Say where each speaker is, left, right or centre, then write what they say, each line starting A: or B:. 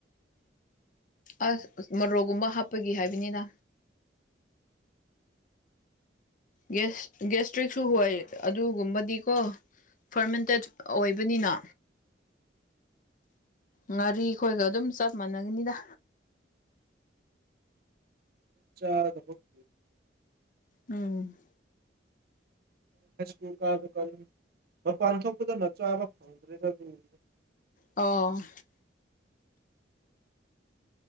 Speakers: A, on the left; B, on the right.
A: ꯑꯁ ꯑꯁ ꯃꯣꯔꯣꯛꯒꯨꯝꯕ ꯍꯥꯞꯄꯒꯤ ꯍꯥꯏꯕꯅꯤꯗ ꯒꯦꯁ ꯒꯦꯁꯇ꯭ꯔꯤꯛꯁꯨ ꯍꯣꯏ ꯑꯗꯨꯒꯨꯝꯕꯗꯤꯀꯣ ꯐꯔꯃꯦꯟꯇꯦꯠ ꯑꯣꯏꯕꯅꯤꯅ ꯉꯥꯔꯤꯈꯣꯏꯒ ꯑꯗꯨꯝ ꯆꯞ ꯃꯥꯟꯅꯒꯅꯤꯗ
B: ꯆꯥꯔꯒꯀꯣ <inaudible>
A: ꯎꯝ
B: <inaudible> ꯃꯄꯥꯟ ꯊꯣꯛꯄꯗꯅ ꯆꯥꯕ ꯐꯪꯗ꯭ꯔꯦꯗ ꯑꯗꯨꯒꯨꯝꯕꯗꯣ
A: ꯑꯣ